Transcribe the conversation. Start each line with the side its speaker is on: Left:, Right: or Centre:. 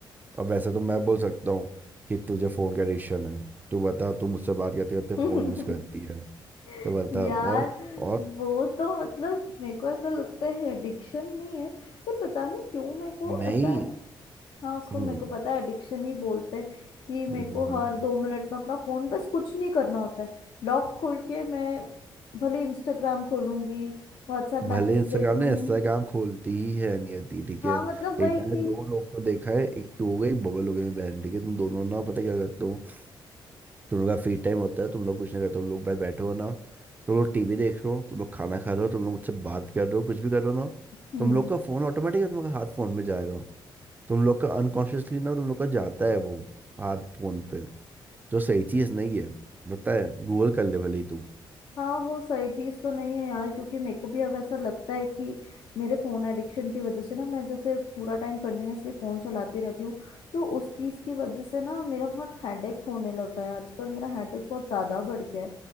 Right: अब वैसे तो मैं बोल सकता हूँ कि तुझे फ़ोन का एडिक्शन है तू बता तू मुझसे बात करते करते
Left: हम्म
Right: फ़ोन यूज़ करती है तो
Left: <laughs>
Right: बता
Left: यार
Right: और और
Left: वो तो मतलब मेरे को ऐसा लगता है एडिक्शन नहीं है पर पता नहीं क्यों मेरे को
Right: नहीं
Left: ऐसा हाँ उसको
Right: हम्म
Left: मेरे को पता है एडिक्शन ही बोलते हैं कि मेरे
Right: हम्म, हम्म,
Left: को
Right: हम्म।
Left: हर दो मिनट में अपना फोन बस कुछ नहीं करना होता है लॉक खोल के मैं भले इंस्टाग्राम खोलूंगी व्हाट्सएप
Right: भले
Left: मैसेज
Right: इंस्टाग्राम
Left: देख लूंगी
Right: ने इंस्टाग्राम खोलती ही है नियति ठीक
Left: हाँ
Right: है
Left: मतलब
Right: एक
Left: वही
Right: मैंने
Left: कि
Right: दो लोग को देखा है एक तो हो गई बबल हो गई बहन ठीक है तुम दोनों ना पता क्या करते हो तुम लोग का फ्री टाइम होता है तुम लोग कुछ नहीं करते तुम लोग बस बैठे हो ना तुम लोग टीवी देख रहे हो तुम लोग खाना खा रहे हो तुम लोग मुझसे बात कर रहे हो कुछ भी कर रहे हो ना
Left: हम्म
Right: तुम लोग का फोन ऑटोमेटिक तुम लोग का हाथ फोन में जाएगा तुम लोग का अनकॉन्शियसली ना तुम लोग का जाता है वो हाथ फोन पे जो सही चीज नहीं है पता है गूगल कर ले भले ही तू
Left: हाँ वो सही चीज तो नहीं है यार क्योंकि मेरे को भी अब ऐसा लगता है कि मेरे फोन एडिक्शन की वजह से ना मैं जैसे पूरा टाइम कंटिन्यूअसली फोन चलाती रहती हूँ तो उस चीज की वजह से ना मेरा बहुत हेडेक होने लगा है आजकल मेरा हेडेक बहुत ज्यादा बढ़ गया है